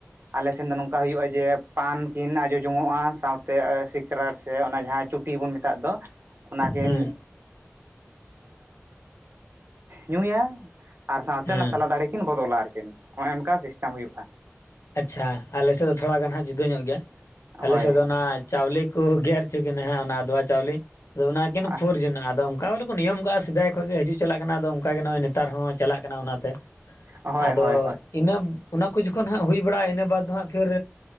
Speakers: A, on the right (about 55°); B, on the left (about 70°).
A: ᱟᱞᱮᱥᱱ ᱫᱚ ᱱᱚᱝᱠᱟ ᱦᱩᱭᱩᱜᱼᱟ ᱡᱮ ᱯᱟᱱ ᱠᱤᱱ ᱟᱡᱚ ᱡᱚᱝᱚᱜᱼᱟ ᱥᱟᱶᱛᱮ ᱥᱤᱠᱨᱟᱴ ᱥᱮ ᱚᱱᱟ, ᱡᱟᱦᱟᱸ ᱪᱩᱴᱤ ᱵᱚᱱ ᱢᱮᱛᱟᱜ ᱫᱚ ᱚᱱᱟᱠᱤᱱ,
B: ᱦᱮᱸ
A: ᱧᱩᱭᱟ ᱟᱨ ᱥᱟᱶᱛᱮ
B: ᱦᱮᱸ
A: ᱚᱱᱟ ᱥᱟᱞᱟ ᱫᱟᱹᱲᱮ ᱠᱤᱱ ᱵᱚᱫᱚᱞᱟ ᱟᱨ᱾ ᱚᱱᱮ ᱚᱱᱠᱟ ᱥᱤᱥᱴᱮᱢ ᱦᱩᱭᱩᱜ ᱼᱟ᱾
B: ᱟᱪᱪᱷᱟ ᱟᱞᱮᱥᱮᱜ ᱫᱚ ᱛᱷᱚᱲᱟ ᱜᱟᱱ ᱦᱟᱸᱜ ᱡᱩᱫᱟᱹ ᱧᱚᱜ ᱜᱮᱭᱟ ᱟᱞᱮᱥᱮᱜ
A: ᱦᱳᱭ
B: ᱫᱚ ᱚᱱᱟ, ᱪᱟᱣᱞᱮ ᱠᱚ ᱜᱮᱨ ᱦᱚᱪᱚ ᱠᱤᱱᱟᱹ ᱦᱟᱸᱜ ᱚᱱᱟ ᱟᱫᱚᱣᱟ ᱪᱟᱣᱞᱮ ᱟᱫᱚ ᱚᱱᱟ ᱠᱤᱱ
A: ᱦᱳᱭ
B: ᱯᱷᱩᱨ ᱡᱚᱱᱟᱜᱼᱟ ᱟᱫᱚ ᱚᱱᱠᱟ ᱵᱚᱞᱮ, ᱠᱚ ᱱᱤᱭᱚᱢ ᱠᱟᱜᱼᱟ ᱥᱮᱫᱟᱭ ᱠᱷᱚᱱ ᱜᱮ ᱦᱤᱡᱩᱜ ᱪᱟᱞᱟᱜ ᱠᱟᱱᱟ ᱟᱫᱚ ᱚᱝᱠᱟᱜᱮ ᱱᱚᱜᱼᱚᱭ ᱱᱮᱛᱟᱨ ᱦᱚᱸ ᱪᱟᱞᱟᱜ ᱠᱟᱱᱟ ᱚᱱᱟᱛᱮ
A: ᱦᱳᱭ
B: ᱟᱫᱚ
A: ᱦᱳᱭ
B: ᱤᱱᱟᱹ ᱚᱱᱟ ᱠᱚ ᱡᱚᱠᱷᱚᱱ ᱦᱟᱸᱜ ᱦᱩᱭ ᱵᱟᱲᱟᱜᱼᱟ ᱤᱱᱟᱹ ᱵᱟᱫ ᱫᱚ ᱦᱟᱸᱜ ᱯᱷᱤᱨ,